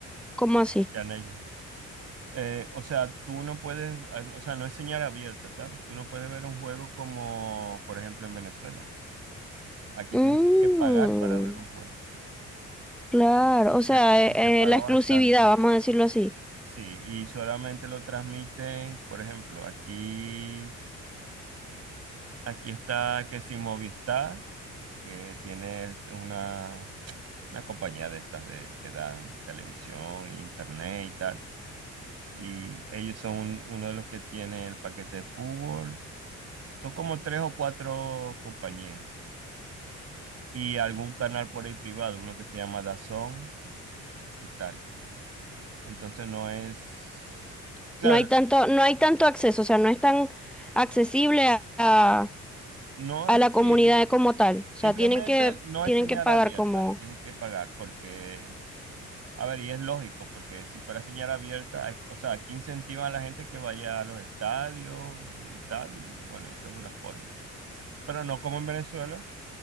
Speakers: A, in the centre; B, on the right.
A: ¿cómo así?
B: Yaneli. Eh, o sea, tú no puedes, o sea, no es señal abierta, ¿sabes? Tú no puedes ver un juego como, por ejemplo, en Venezuela. Aquí
A: Mm,
B: tienes que pagar para ver un juego.
A: claro,
B: Y se,
A: o sea,
B: y
A: eh,
B: se paga
A: eh, la exclusividad,
B: bastante.
A: vamos a decirlo así.
B: Sí, y solamente lo transmiten, por ejemplo, aquí, aquí está que si Movistar que tienes una, una compañía de estas de, que dan televisión, internet y tal. Y ellos son un- uno de los que tiene el paquete de fútbol. Son como tres o cuatro compañías. Y algún canal por ahí privado, uno que se llama DAZN y tal. Entonces no es... Claro,
A: No hay tanto, no hay tanto acceso, o sea, no es tan accesible a, a-
B: no
A: a
B: es
A: la
B: sí.
A: comunidad como tal. O sea,
B: Simplemente
A: tienen que,
B: no
A: tienen
B: es señal
A: que pagar
B: abierta.
A: como
B: Tienes que pagar porque A ver, y es lógico, porque si fuera señal abierta, hay- o sea, aquí incentivan a la gente que vaya a los estadios y tal, y bueno, esa es una forma. Pero no como en Venezuela,